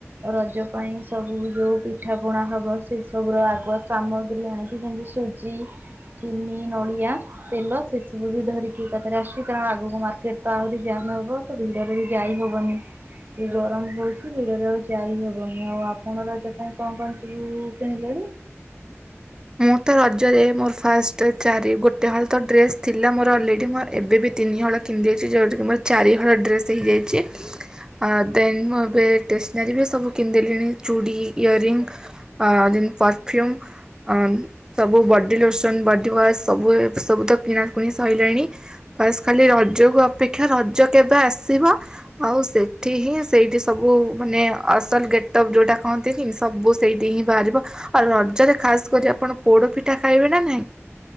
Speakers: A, on the right; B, on the right.
A: ରଜ ପାଇଁ ସବୁ ଯୋଉ ପିଠା ପଣା ହବ ସେ ସବୁ ର ଆଗୁଆ ସାମଗ୍ରୀ ଆଣିକି। ଯେମତି ସୁଜ ଜି, ଚିନି, ନଡ଼ିଆ ତେଲ ସେସବୁ ବି ଧରିକି ଏକଥାରେ ଆସଚି କାରଣ ଆଗକୁ ମାର୍କେଟ ତ ଆହୁରି ଜାମ ହବ। ତ ଭିଡ଼ରେ ବି ଯାଇ ହବନି। ଏ ଗରମ ହୋଉଚି ଭିଡ଼ରେ ଆଉ ଯାଇ ହେବନି। ଆଉ ଆପଣ ରଜ ପାଇଁ କଣ କଣ ସବୁ କିଣିଲେଣି?
B: ମୁଁ ତ ରଜରେ ମୋର ଫାଷ୍ଟ ଚାରି ଗୋଟେ ହଳ ତ ଡ୍ରେସ୍ ଥିଲା ମୋର ଅଲରେଡ଼ି। ମୋର ଏବେ ବି ତିନି ହଳ କିଣଦେଇଚି ଯୋଉତିକେ ମୋର ଚାରିହଳ ଡ୍ରେସ୍ ହେଇଯାଇଚି। ଆଉ ଦେନ୍ ମୁଁ ଏବେ ଟେସନାରୀ ବି ସବୁ କିନଦେଲିଣି ଚୁଡ଼ି, ଇୟରିଙ୍ଗ ଆ ଦେନ୍ ପରଫ୍ୟୁମ୍। ଅନ ସବୁ ବଡି ଲୋସନ, ବଡି ୱାସ, ସବୁ ଏତ ସବୁ ତ କିଣାକୁଣି ସଇଲାଣି। ବସ୍ ଖାଲି ରଜକୁ ଅପେକ୍ଷା ରଜ କେବେ ଆସିବ। ଆଉ ସେଠି ହିଁ ସେଇଠି ସବୁ ମାନେ ଅସଲ ଗେଟପ୍ ଯୋଉଟା କହନ୍ତି ଦେଖି ସବୁ ସେଇଠି ହିଁ ବାହାରିବ। ଆଉ ରଜରେ ଖାସ କରି ଆପଣ ପୋଡ ପିଠା ଖାଇବେ ନା ନାହିଁ?